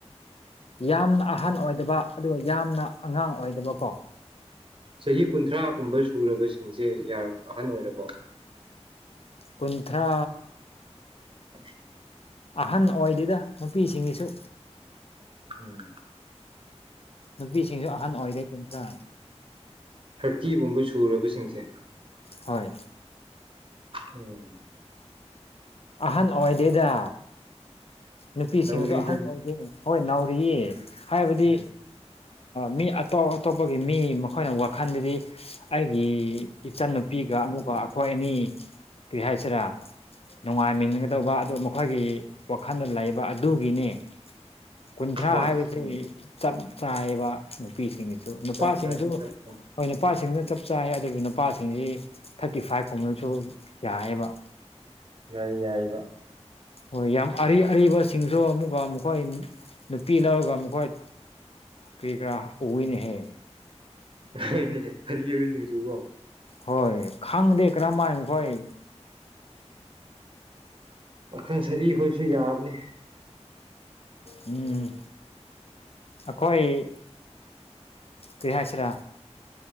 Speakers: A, on the left; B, on the right.
A: ꯌꯥꯝꯅ ꯑꯍꯟ ꯑꯣꯏꯗꯕ ꯑꯗꯨꯒ ꯌꯥꯝꯅ ꯑꯉꯥꯡ ꯑꯣꯏꯗꯕꯀꯣ
B: ꯆꯍꯤ ꯀꯨꯟꯊ꯭ꯔꯥ ꯄꯨꯝꯕ ꯁꯨꯔꯕꯁꯤꯡꯁꯦ ꯑꯍꯟ ꯑꯣꯏꯔꯕꯣ
A: ꯀꯨꯟꯊ꯭ꯔꯥ
B: <unintelligible>
A: ꯑꯍꯟ ꯑꯣꯏꯗꯨꯗ ꯅꯨꯄꯤꯁꯤꯡꯒꯤꯁꯨ
B: ꯎꯃꯦ
A: ꯅꯨꯄꯤꯁꯤꯡꯁꯨ ꯑꯍꯟ ꯑꯣꯏꯔꯦ ꯀꯨꯟꯊ꯭ꯔꯥ
B: ꯑꯀꯤꯒꯨꯝꯕ ꯁꯨꯔꯕꯁꯤꯡꯁꯦ
A: ꯍꯣꯏ
B: ꯎꯝ
A: ꯑꯍꯟ ꯑꯣꯏꯗꯦꯗ ꯅꯨꯄꯤꯁꯤꯡꯅꯁꯨ
B: ꯅꯥꯎꯔꯤꯗ
A: ꯑꯍꯟ ꯑꯣꯏꯗꯦ ꯍꯣꯏ ꯅꯥꯎꯔꯤꯌꯦ ꯍꯥꯏꯕꯗꯤ
B: ꯎꯝ
A: ꯃꯤ ꯑꯇꯣꯞ ꯑꯇꯣꯞꯄꯒꯤ ꯃꯤ ꯃꯈꯣꯏꯅ ꯋꯥꯈꯜꯗꯨꯗꯤ ꯑꯩꯒꯤ ꯏꯆꯟꯅꯨꯄꯤꯒ ꯑꯃꯨꯛꯀ ꯑꯩꯈꯣꯏ ꯑꯅꯤ ꯀꯔꯤ ꯍꯥꯏꯁꯤꯔꯥ ꯅꯨꯡꯉꯥꯏꯃꯤꯟꯒꯗꯧꯕ
B: ꯎꯝ
A: ꯑꯗꯨ ꯃꯈꯣꯏꯒꯤ ꯋꯥꯈꯜꯗ ꯂꯩꯕ ꯑꯗꯨꯒꯤꯅꯤ ꯀꯨꯟꯊ꯭ꯔꯥ
B: ꯍꯣꯏ
A: ꯍꯥꯏꯕꯁꯤ ꯆꯞ ꯆꯥꯏꯕ ꯅꯨꯄꯤꯁꯤꯡꯒꯤ ꯅꯨꯄꯥꯁꯤꯡꯁꯨ
B: ꯆꯞ ꯆꯥꯏ ꯆꯞ ꯆꯥꯏ
A: ꯍꯣꯏ ꯅꯨꯄꯥꯁꯤꯡꯁꯨ ꯆꯞ ꯆꯥꯏ ꯑꯗꯨꯕꯨ ꯅꯨꯄꯥꯁꯤꯡꯁꯤ ꯊꯥꯔꯇꯤ ꯐꯥꯏꯚ ꯀꯨꯝꯕꯅꯁꯨ ꯌꯥꯌꯦꯕ
B: ꯀꯔꯤꯉꯏꯕ
A: ꯍꯣꯏ ꯌꯥꯝ ꯑꯔꯤ ꯑꯔꯤꯕꯁꯤꯡꯁꯨ ꯑꯃꯨꯛꯀ ꯃꯈꯣꯏ ꯅꯨꯄꯤ ꯂꯧꯔꯒ ꯃꯈꯣꯏ ꯀꯔꯤꯔꯥ ꯑꯣꯚꯤꯟ ꯍ
B: ꯅꯣꯏꯅꯦ ꯍꯔꯤꯁꯤꯡꯁꯨꯀꯣ
A: ꯍꯣꯏ ꯈꯪꯗꯦ ꯀꯔꯝꯃꯥꯏꯈꯣꯏ
B: ꯄꯥꯈꯪ ꯁꯗꯤ ꯑꯩꯈꯣꯏꯁꯨ ꯌꯥꯕꯅꯤ
A: ꯎꯝ ꯑꯩꯈꯣꯏ ꯄꯔꯤꯍꯥꯏꯁꯤꯔ